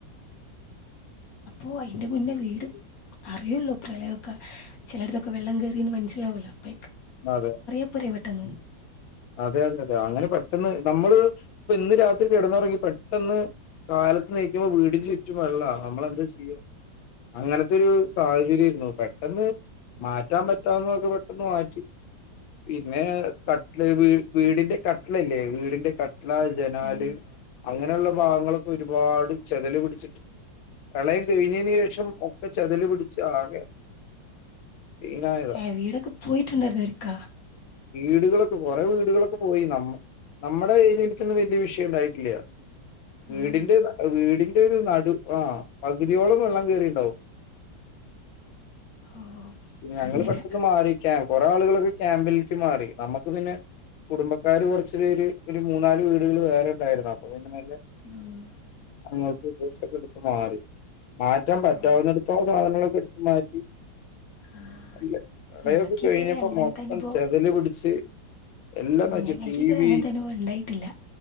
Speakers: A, on the left; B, on the left.
A: ഓ അയിന്റെ മുന്നേ വീട് അറിയല്ലോ പ്രളയൊക്ക ചിലടത്തക്കെ വെള്ളം കയറിന്ന് മനസ്സിലാവുമലോ അപ്പ
B: അതെ
A: പുരെ പെട്ടന്ന്
B: അതെ അതെ അതെ അങ്ങനെ പെട്ടെന്ന് നമ്മള് ഇ ഇന്ന് രാത്രി കിടന്നുറങ്ങി പെട്ടെന്ന് കാലത്ത് നീക്കുമ്പോൾ വീടിന് ചുറ്റും വെള്ളാ നമ്മള് എന്താ ചെയ്യുക അങ്ങനത്തെരു സാഹചര്യായിരുന്നു പെട്ടെന്ന് മാറ്റാൻ പറ്റാവുന്നതൊക്കെ പെട്ടെന്ന് മാറ്റി പിന്നെ കട്ടി വീടിന്റെ കട്ടലല്ലേ വീടിന്റെ കട്ടല ജനാല്
A: ഉം.
B: അങ്ങനെയുള്ള ഭാഗങ്ങളൊക്കെ ഒരുപാട് ചെതല് പിടിച്ചിട്ട് പ്രളയം കഴിഞ്ഞതിന് ശേഷം ഒക്കെ ഇപ്പൊ ചതൽ പിടിച്ച് ആകെ സീനായതാ
A: ഏ വീടൊക്കെ പോയിട്ടുണ്ടായിരുന്നു ഒരുക്ക
B: വീടുകളൊ കൊറെേ വീടുകളൊക്കെ പോയി നമ്മ നമ്മുടെ ഏരിയക്ക് ഒന്നും വലിയ വിഷയം ഉണ്ടായിട്ടില്ല വീടിന്റെഅ
A: ഉം.
B: വീടിൽ റ്റൊരു നടു ആ പകുതിയോളം വെള്ളം കേയറീണ്ടാവു
A: ഓ
B: ഞങ്ങള്
A: അങ്ങനെ
B: പെട്ടെന്ന് മാറിക്കാ കൊറേ ആളുകൾക്കെ ക്യാമ്പിൽക്ക് മാറി നമ്മ ത് പിന്നെ കുടുംബക്കാര് കുറച്ചു പേര് ഒരു മൂന്നാല് വീടുകൾ വേറെണ്ടായിരുന്നു അപ്പൊ പിന്നെ മെല്ലെ
A: ഉം.
B: അങ്ങോട്ട് ഡ്രസ്സൊക്കെ എടുത്ത് മാറി മാറ്റാൻ പറ്റാവുന്ന
A: ഓ
B: എടുത്തോളം സാധനങ്ങളൊക്കെ എടുത്ത് മാറ്റി
A: ആ,
B: അല്ല പ്രളയംഒക്കെ
A: ഞങ്ങൾക്ക്
B: കഴിഞ്ഞപ്പോ
A: ഇതുവരെ അങ്ങനത്തെ
B: മൊത്തം
A: അനുഭവം
B: ചെതല് പിടിച്ച് എല്ലാം നശിച്ചു.
A: ഞങ്ങൾക്ക്
B: ടി
A: ഇത് വരെ
B: വി
A: അങ്ങൻതെ അനുഭവ ണ്ടായിട്ടില്ല